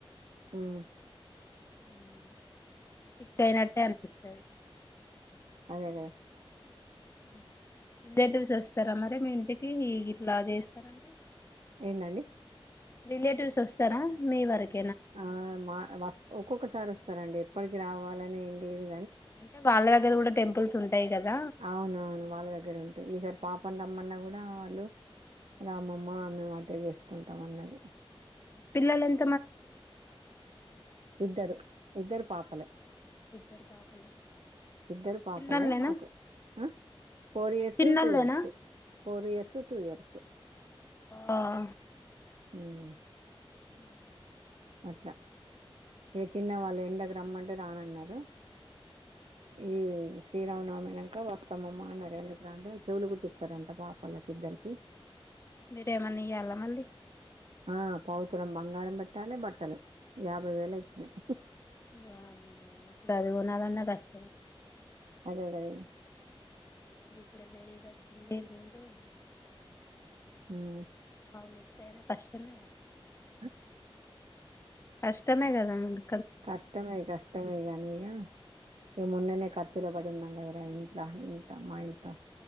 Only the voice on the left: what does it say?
ఉమ్ సెట్ అయినట్టే అనిపిస్తది
<inaudible> రిలేటివ్స్ వోస్తార మరి మీ ఇంటి కి ఇట్లా చేస్తారంటే
రిలేటివ్స్ వస్తర మీ వరక
అంటే వాళ్ళ దగ్గర కూడ టెంపుల్స్ ఉ ఉంటాయ్ గదా
పిల్లల ఎ
ఇద్దరు పాపలు
చిన్నోళ్ళేనా
చిన్నోళ్ళేనా
ఆఆ
హమ్
మీరేమన్నా ఇయ్యాలా మళ్ళీ
వామ్మో ఇప్పుడు అదిన్నాళన్న కష్టం
ఇపుడు వేరే <inaudible>
పావులేతాయిన కష్టమే
కష్టమే కదా మరి